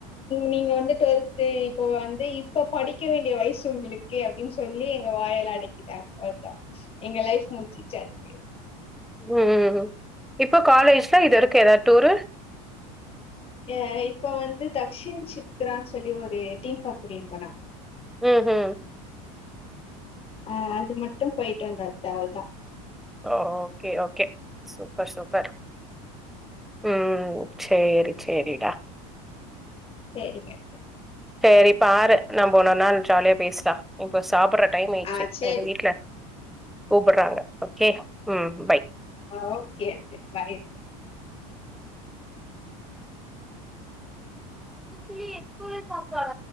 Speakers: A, on the left; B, in the centre.
A: நீங்க வந்து டொல்த்து இப்ப வந்து இப்ப படிக்க வேண்டிய வயசு உங்ளுக்கு அப்டின்னு சொல்லி எங்க வாயல்லா அடக்கிட்டாங்க ஒருத்த எங்க லைஃப் முட்ச்சுச்சு அதுவே
B: ம் ம் ம் ம் இப்போ காலேஜ்ல இது வரக்கு எதாது டூரு
A: அ இப்ப வந்து தக் ஷின் சித்ரான் சொல்லி ஒரு டீம் பார்க் கூட்டின் போனா
B: ம் ம்
A: அ அது மட்டு பொயிட்டு வந்தாது அவள தா
B: ஓ ஓகே ஓகே சூப்பர் சூப்பர் ம் சேரி சேரிடா
A: சேரிங்கத்த
B: சேரி பாரு நம்போ இன்னொர் நாள் ஜாலியா பேஸ்லா இப்ப சாப்புட்ற டைம் ஆய்ர்ச்சு
A: ஆ சேரி
B: எங்க வீட்ல கூப்புட்றாங்க ஓகே ம் பய்
A: ஆ ஓகே அத்தெ பாய் அத்த
B: புச்ச எஸள் சக்கல